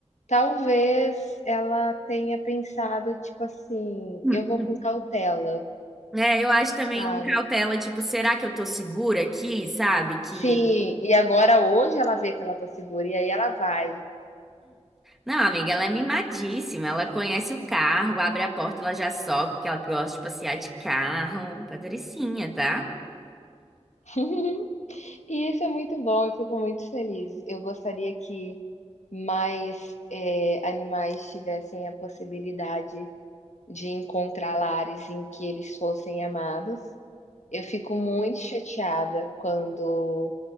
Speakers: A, on the left (about 80°); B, in the centre.
A: talvez ela tenha pensado, tipo assim:
B: Hum.
A: "Eu vou com cautela",
B: É, eu acho também
A: sabe.
B: uma cautela, tipo, será que eu tô segura aqui, sabe? que
A: Sim, e agora hoje ela vê que ela tá segura e aí ela vai.
B: Não, amiga, ela é mimadíssima. Ela conhece o carro, abre a porta, ela já sobe, que ela gosta de passear de carro. Patricinha, tá?
A: <laughs> E isso é muito bom, eu fico muito feliz. Eu gostaria que mais, eh, animais tivessem a possibilidade de encontrar lares em que eles fossem amados. Eu fico muito chateada quando